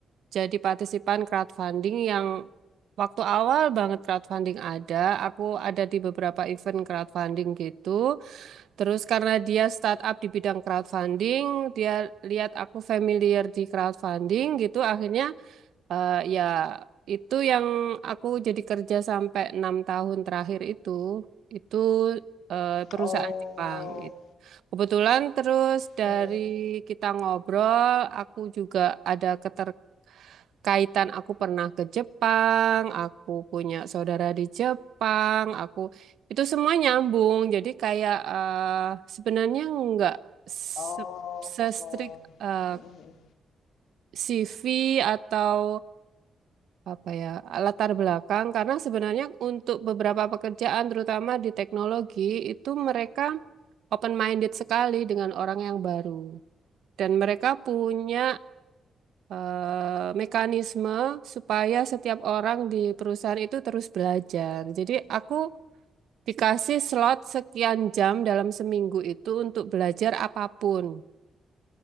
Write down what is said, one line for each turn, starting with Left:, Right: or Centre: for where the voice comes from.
Right: jadi partisipan crowdfunding yang waktu awal banget crowdfunding ada. Aku ada di beberapa event crowdfunding gitu. Terus karena dia startup di bidang crowdfunding, dia lihat aku familiar di crowdfunding gitu. Akhirnya eh, ya itu yang aku jadi kerja sampai enam tahun terakhir itu. Itu eh, perusahaan
Left: Oh,
Right: Jepang gitu. Kebetulan terus dari
Left: mhm,
Right: kita ngobrol, aku juga ada keterkaitan. Aku pernah ke Jepang, aku punya saudara di Jepang, aku itu semua nyambung. Jadi kayak eh, sebenarnya nggak se-
Left: oh,
Right: se-strict eh,
Left: mhm mhm.
Right: CV atau apa ya latar belakang, karena sebenarnya untuk beberapa pekerjaan, terutama di teknologi, itu mereka open minded sekali dengan orang yang baru. Dan mereka punya eh, mekanisme supaya setiap orang di perusahaan itu terus belajar. Jadi aku dikasih slot sekian jam dalam seminggu itu untuk belajar apapun.